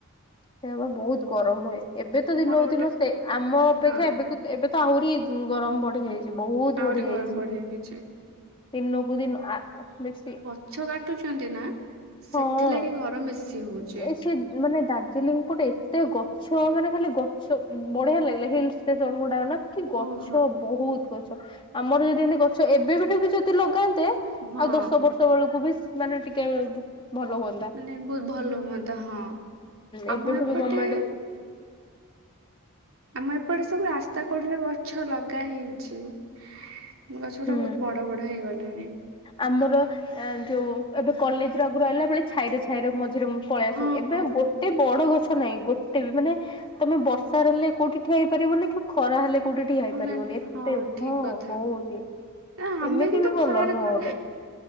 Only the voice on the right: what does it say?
ମୋର ଗୋଟେ
ହଁ
ଆହୁରି
ଗରମ ବଢିଯାଇଛି
ମାଛ କାଟୁଛନ୍ତି ନା ସେଥିଲାଗି
ଗରମ ବେଶୀ ହଉଛି
ଓହୋ
ହଁ
ମାନେ ବହୁତ ଭଲ ହୁଅନ୍ତା ହଁ ଆମ
ଏପଟେ
ଆମ ଏପଟେ ସବୁ ରାସ୍ତା କଡ଼ରେ ଗଛ ଲଗା ହେଇଛି। ମୋ ଗଛ ଗୁଟା
ବହୁତ୍ ବଡ଼ ବଡ଼ ହେଇଗଲାଣି।
ହଁ
ହଁ
ଖରାରେ
ଠିକ
କଥା
ନା ଆମେ
କିନ୍ତୁ
ଖରାରେ
ଖରା